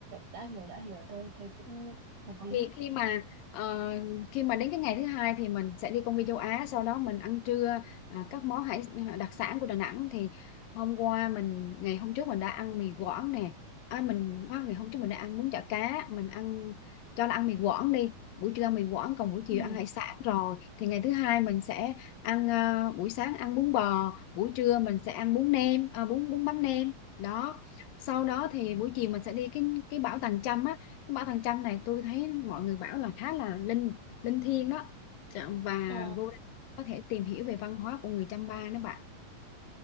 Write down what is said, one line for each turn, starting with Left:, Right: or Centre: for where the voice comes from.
Right: đã hiểu đã hiểu, tôi thấy cũng hợp lý.
Left: thì khi mà ờ, khi mà đến cái ngày thứ hai thì mình sẽ đi công viên châu Á sau đó mình ăn trưa ờ, các món hải ờ, đặc sản của Đà Nẵng thì hôm qua mình ngày hôm trước mình đã ăn mì Quảng nè à, mình à, ngày hôm trước mình đã ăn bún chả cá mình ăn cho là ăn mì Quảng đi buổi trưa ăn mì Quảng còn buổi chiều
Right: Ừ.
Left: ăn hải sản rồi thì ngày thứ hai mình sẽ ăn ờ, buổi sáng ăn bún bò buổi trưa mình sẽ ăn bún nem à, bún bún mắm nem đó sau đó thì buổi chiều mình sẽ đi cái cái bảo Tàng Chăm á cái ba thằng chanh này tôi thấy mọi người bảo là khá là linh linh thiêng đó Chà- và
Right: Ờ.
Left: vô đây có thể tìm hiểu về văn hóa của người Chăm Ba nữa bạn